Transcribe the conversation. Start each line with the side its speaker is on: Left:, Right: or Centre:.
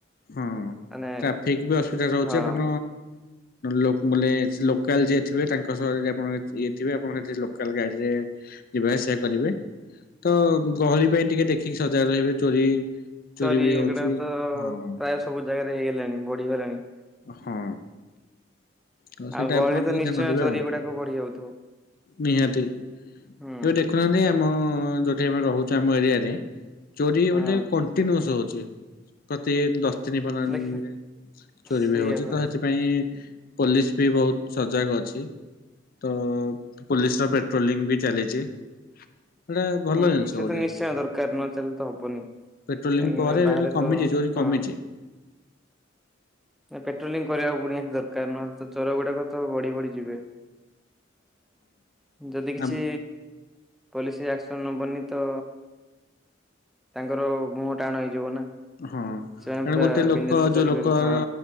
Left: ହଁ
Centre: ମାନେ
Left: ଟ୍ରାଫିକ ବି ଅସୁବିଧା ରହୁଛି
Centre: ହଁ
Left: ଆପଣ ଲୋ ଲୋକାଲ ଯିଏ ଥିବେ, ତାଙ୍କ ସହ ଯଦି ଆପଣ ଇଏଥିବେ ଆପଣଙ୍କ ସେଠି ଲୋକାଲ ଗାଡ଼ିରେ ଯିବା ଆସିବା କରିବେ ତ ଗହଳି ପାଇଁ ଟିକେ ଦେଖିକି ସଜାଗ ରହିବେ ଚୋରି
Centre: ଚୋରି
Left: ବି
Centre: ଏଗୁଡ଼ାକ
Left: ହଉଛି
Centre: ତ
Left: ହଁ
Centre: ପ୍ରାୟ ସବୁ ଜାଗାରେ ହେଇଗଲାଣି ବଢିଗଲାଣି।
Left: ହଁ। ହଉ ସେଇଟା
Centre: ଆଉ ଗହଳିରେ
Left: ଆପଣ ଟିକେ
Centre: ତ ନିଶ୍ଚୟ
Left: ଧ୍ୟାନ ଦେବେ
Centre: ଚୋରି
Left: ଆଉ
Centre: ଗୁଡାକ ବଢି ଯାଉଥିବ
Left: ନିହାତି
Centre: ହୁଁ
Left: ଏବେ ଦେଖୁନାହାନ୍ତି ଆମ ଯଉଠି ଆମେ ରହୁଛୁ ଆମ ଏରିଆରେ। ଚୋରି
Centre: ହଁ
Left: ମାନେ କଣ୍ଟିନ୍ୟୁସ୍ ହଉଛି ପ୍ରତି ଚିହ୍ନି ପାରୁନାହାନ୍ତି,
Centre: ଦେଖ
Left: ଚୋରି
Centre: ସେଇଆ
Left: ବି ହଉଛି
Centre: ବା
Left: ତ ସେଥିପାଇଁ ପୋଲିସ ବି ବହୁତ ସଜାଗ ଅଛି। ତ ପୋଲିସ ର ପେଟ୍ରୋଲିଂ ବି ଚାଲିଛି। ଏଟା ଭଲ
Centre: ହୁଁ
Left: ଜିନିଷ
Centre: ସେ
Left: ଗୋଟେ
Centre: ତ ନିଶ୍ଚୟ ଦରକାର ନ ଦେଲେ ତ ହବନି କାହିଁକିନା
Left: ପେଟ୍ରୋଲିଂ ପରେ ଏବେ
Centre: ବାହାରେ
Left: ବି କମିଛି
Centre: ତ ହଁ।
Left: ଚୋରି କମିଛି।
Centre: ନା ପେଟ୍ରୋଲିଂ କରିବାକୁ ନିହାତି ଦରକାର ନ ତ ଚୋର ଗୁଡାକ ତ ବଢି ବଢି ଯିବେ। ଯଦି କିଛି
Left: ହଁ
Centre: ପୋଲିସି ଆକ୍ସନ ନବନି ତ ତାଙ୍କର ମୁହଁ ଟାଣ ହେଇଯିବ ନା।
Left: ହଁ
Centre: ସେମାନେ
Left: କାରଣ
Centre: ପୁରା
Left: ଗୋଟେ ଲୋକ
Centre: ବିନ୍ଦାସ ରେ ଚୋରି
Left: ଯୋଉ ଲୋକର
Centre: କରିବେ ହଁ